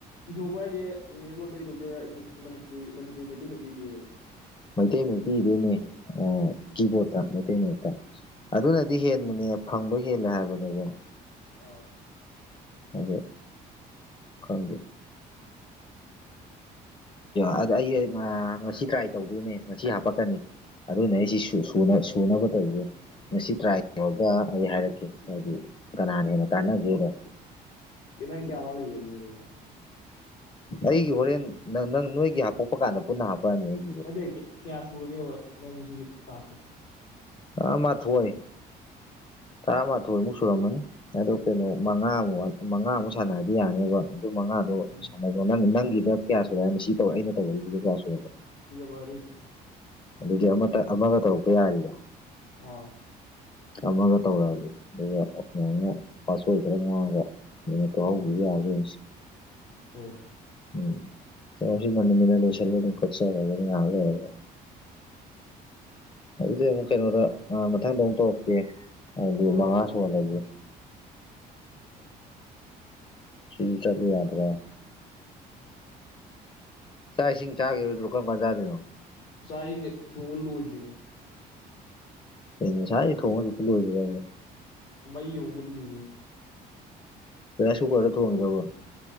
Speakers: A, on the left; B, on the left.
A: ꯏꯊꯣꯛꯄ ꯍꯥꯏꯁꯦ ꯏꯪꯂꯤꯁ ꯕꯣꯔꯗꯠꯇ ꯏꯊꯣꯛꯇꯣꯏꯔꯥ ꯏꯪꯂꯤꯁ ꯃꯅꯤꯄꯨꯔꯤ ꯃꯅꯤꯄꯨꯔꯤ ꯃꯩꯇꯩ ꯃꯌꯦꯛꯇ ꯏꯗꯣꯏꯔꯕ
B: ꯃꯩꯇꯩ ꯃꯩꯇꯩ ꯏꯗꯣꯏꯅꯦ
A: ꯎꯝ
B: ꯀꯤꯕꯣꯔꯗ ꯃꯩꯇꯩ ꯃꯌꯦꯛꯇ ꯑꯗꯨꯅꯗꯤ ꯍꯦꯟꯕꯅꯦ ꯐꯪꯕ ꯍꯦꯜꯂꯦ ꯍꯥꯏꯕꯅꯦꯕ
A: ꯑꯣ
B: ꯑꯗꯣ ꯈꯪꯗꯦ ꯑ ꯑꯩ ꯉꯁꯤ ꯇ꯭ꯔꯥꯏ ꯇꯧꯗꯣꯏꯅꯦ ꯉꯁꯤ ꯍꯥꯄꯛꯀꯅꯤ ꯑꯗꯨꯅꯦ
A: ꯎꯝ
B: ꯑꯩ ꯁꯤ ꯁꯨꯅꯕ ꯇꯧꯁꯦ ꯉꯥꯁꯤ ꯇ꯭ꯔꯥꯏ ꯇꯧꯔꯒ ꯑꯩ ꯍꯥꯏꯔꯛꯀꯦ ꯍꯥꯏꯗꯤ ꯀꯅꯥꯅ ꯍꯦꯟ ꯅ ꯀꯥꯟꯅꯒꯦꯗꯣ
A: ꯀꯩꯅ ꯀꯌꯥ ꯋꯥꯂꯤꯒꯦ ꯂꯣꯏꯒꯗꯕ
B: ꯑꯩꯒꯤ ꯍꯣꯔꯦꯟ ꯅꯪ ꯅꯪ ꯅꯣꯏꯒꯤ ꯍꯥꯄꯣꯛꯄ ꯀꯥꯟꯗ ꯄꯨꯟꯅ ꯍꯥꯞꯄꯛꯑꯅꯤ ꯑꯩ
A: ꯅꯗꯦ ꯀꯌꯥ ꯁꯨꯔꯒꯦꯕ ꯅꯪꯒꯤ ꯁꯤꯒꯤ ꯇꯥꯛꯁꯨ
B: ꯇꯔꯥ ꯃꯥꯥꯊꯣꯏ ꯇꯔꯥꯃꯥꯊꯣꯏꯃꯨꯛ ꯁꯨꯔꯝꯃꯅꯤ ꯑꯗꯣ ꯀꯩꯅꯣ ꯃꯉꯥꯃꯨꯛ ꯃꯉꯥꯃꯨꯛ ꯁꯥꯟꯅꯔꯗꯤ ꯌꯥꯅꯤꯕ ꯑꯗꯨ ꯃꯉꯥꯗꯣ
A: ꯎꯝ
B: ꯁꯥꯟꯅꯣ ꯅꯪ ꯅꯪꯒꯤꯗ ꯀꯌꯥꯁꯨ ꯑꯣꯏꯅꯤ ꯁꯤ ꯇꯧꯔ ꯑꯩꯅ ꯇꯧꯕꯔꯤꯁꯤꯗ ꯀꯌꯥꯁꯨ ꯑꯣꯏꯔꯦ
A: ꯃꯥꯔꯤ
B: ꯑꯗꯨꯗꯤ ꯑꯃ ꯑꯃꯒ ꯇꯧꯔꯛꯄ ꯌꯥꯔꯤꯔ
A: ꯑꯣ
B: ꯑꯃꯒ ꯇꯧꯔꯛꯑꯒꯦ ꯑꯗꯨꯒꯅ ꯄꯥꯁ ꯈꯔ ꯉꯥꯡꯉꯒ ꯃꯤꯅꯠ ꯇꯨ
A: ꯎꯝ
B: ꯍꯧꯈꯤꯕ ꯌꯥꯕ꯭ꯔ ꯌꯦꯡꯁꯤ
A: ꯍꯣꯏ
B: ꯎꯝ ꯀꯣ ꯁꯤ ꯃꯅꯃꯤꯅ ꯂꯣꯏꯁꯤꯜꯂꯦ ꯑꯗꯨ ꯀꯨꯞꯁꯔ ꯑꯗꯨ ꯉꯍꯥꯛ ꯂꯩꯔꯦ ꯑꯗꯨꯗꯤ ꯑꯃꯨꯛ ꯀꯩꯅꯣꯗ ꯃꯊꯪꯗ ꯑꯃꯨꯛ ꯇꯧꯔꯛꯀꯦ ꯍꯥꯏꯗꯤ
A: ꯍꯣꯏ
B: ꯃꯉꯥ
A: ꯍꯣꯏ ꯃꯊꯪꯗ
B: ꯁꯨꯍꯜꯂꯒꯦ
A: ꯊꯦꯡꯅꯔꯁꯤ
B: ꯁꯤ ꯆꯗ ꯌꯥꯗ꯭ꯔꯦ ꯆꯥꯛ ꯏꯁꯤꯡ ꯆꯥꯈꯤꯔꯣꯏꯗꯔꯣ ꯀꯔꯝ ꯀꯥꯟ ꯆꯥꯗꯣꯏꯅꯣ
A: ꯆꯥꯛ ꯍꯤꯡꯁꯦ ꯊꯣꯡꯕ ꯂꯣꯏꯗ꯭ꯔꯤ
B: ꯉꯁꯥꯏꯗꯩ ꯊꯣꯡꯉꯁꯨ ꯍꯧꯖꯤꯛꯄꯨ ꯂꯣꯏꯗ꯭ꯔꯤꯕ ꯍꯥꯏꯁꯦ
A: ꯃꯩ ꯑꯃꯨ ꯃꯨꯠꯂꯤꯅꯤ
B: ꯔꯥꯏꯁ ꯀꯁꯨꯛꯔ ꯗ ꯊꯣꯡꯉꯤꯔꯕ